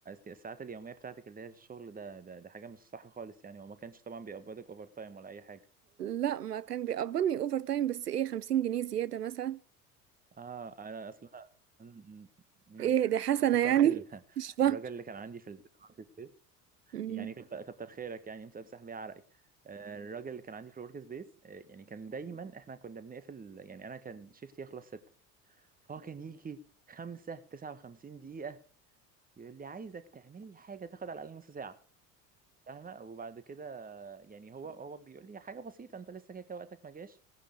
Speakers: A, on the right (about 20°); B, on the right (about 80°).
A: الساعات اليومية بتاعتك اللي هي الشغل ده ده ده حاجة مش صح خالص يعني وما كانش طبعا بيقبضك اوفر تايم ولا اي حاجة
B: لا ما كان بيقبضني اوفر تايم بس ايه 50 جنيه زياده مثلا
A: اه انا اصلا م- م- م.
B: ايه دي حسنة
A: افتكرت
B: يعني
A: ال... <laughs>
B: مش فاهمة
A: الراجل اللي كان عندي في ال- في الورك سبيس
B: مم.
A: يعني كتر كتر خيرك يعني مسبسح بيه عرقي آه، الراجل اللي كان عندي في الورك سبيس آه، يعني كان دايما احنا كنا بنقفل يعني انا كان شيفتي يخلص ستة فهو كان يجي خمسة تسعة وخمسين دقيقة يقول لي عايزك تعمل لي حاجة تاخد على الأقل نص ساعة فاهمة وبعد كده يعني هو هو بيقول لي حاجه بسيطه انت لسه كده كده وقتك ما جاش